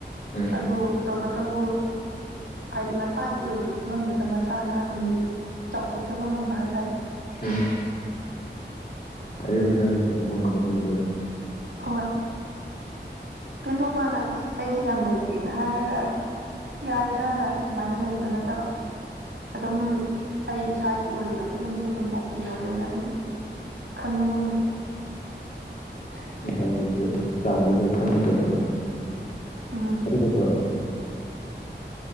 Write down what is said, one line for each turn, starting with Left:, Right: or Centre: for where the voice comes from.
Left: ꯎꯝ
Right: ꯑꯗꯨ ꯇꯧꯕꯇꯕꯨ ꯍꯥꯏꯗꯤ ꯃꯁꯥꯒꯤ ꯑꯣꯏꯔꯤꯕ ꯐꯤꯕꯝꯗꯨꯗ ꯃꯁꯥꯅ ꯑꯗꯨꯝ ꯆꯥꯎꯊꯣꯛꯆꯕ ꯉꯝꯕ ꯍꯥꯏꯇꯥꯔꯦ
Left: ꯎꯝ ꯑꯔꯦꯕꯀꯥꯟꯗꯥ ꯄꯦꯟꯊꯣꯛꯄ ꯉꯝꯕꯗꯣ ꯑꯣꯏꯗꯣꯏꯔꯣ
Right: ꯍꯣꯏ ꯄꯦꯟꯗꯣꯛꯄꯅ ꯑꯁ ꯑꯩꯁꯦ ꯌꯥꯝ ꯂꯩꯇꯦꯅ ꯍꯥꯏꯔꯒ ꯌꯥꯔꯦꯗꯅ ꯁꯨꯃꯥꯏꯅ ꯂꯩꯕꯗꯣ ꯅꯠꯇꯕ ꯑꯗꯨꯝ ꯑꯩ ꯏꯁꯥꯒꯤ ꯑꯣꯏꯕ ꯐꯤꯕꯝꯁꯤꯗ ꯑꯗꯨꯝ ꯑꯣꯀꯦ ꯑꯣꯏꯔꯦꯅ ꯑꯗꯨꯝ ꯈꯟꯕ ꯉꯝꯕꯗꯣ <unintelligible>
Left: ꯍꯥꯢꯔꯤꯁꯦ ꯆꯥꯡꯖꯤꯗ ꯈꯪꯅꯥ ꯆꯠꯄꯗꯣ
Right: ꯎꯝ
Left: ꯑꯗꯨ ꯈꯛꯇꯥꯔꯣ